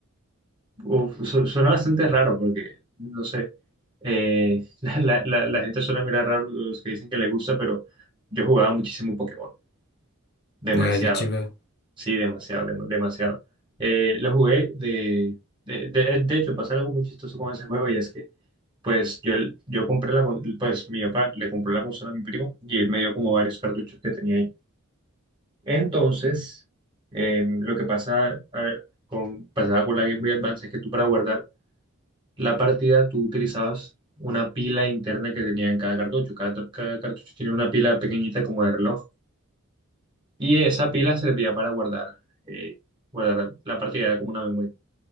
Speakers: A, on the right; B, on the left.
A: Uf, su- suena bastante raro porque, no sé, eh, <laughs> la, la- la- la gente suele mirar raro los que dicen que les gusta, pero yo jugaba muchísimo Pokémon, demasiado,
B: Ah, esa chiva.
A: sí, demasiado, dem- demasiado. Eh, lo jugué de, de, de, de hecho, pasa algo muy chistoso con ese juego y es que Pues yo, yo compré la, con- pues mi papá le compró la consola a mi primo y él me dio como varios cartuchos que tenía ahí. Entonces, eh, lo que pasa a- con, pasaba con la Game Boy Advance es que tú para guardar la partida tú utilizabas una pila interna que tenía en cada cartucho. Cada, tor- cada cartucho tenía una pila pequeñita como de reloj y esa pila servía para guardar, eh, guardar la partida, era como una memoria.